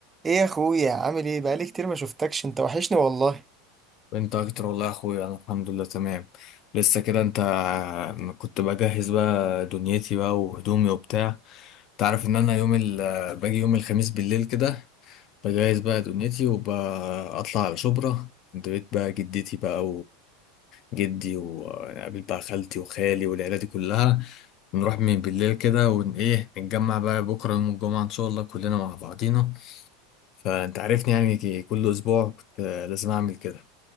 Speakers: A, on the right; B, on the left.
A: ايه يا اخويا عامل ايه بقالي كتير ما شفتكش انت وحشني والله
B: وانت اكتر والله يا اخويا انا الحمد لله تمام لسه كده انت كنت بجهز بقى دنيتي بقى وهدومي وبتاع تعرف ان انا يوم ال... باجي يوم الخميس بالليل كده بجهز بقى دنيتي وبطلع على شبرا عند بيت بقى جدتي بقى وجدي وقابل بقى خالتي وخالي والعيلة دي كلها نروح من بالليل كده ون ايه نتجمع بقى بكرة يوم الجمعة ان شاء الله كلنا مع بعضينا فانت عارفني يعني كل اسبوع كنت لازم اعمل كده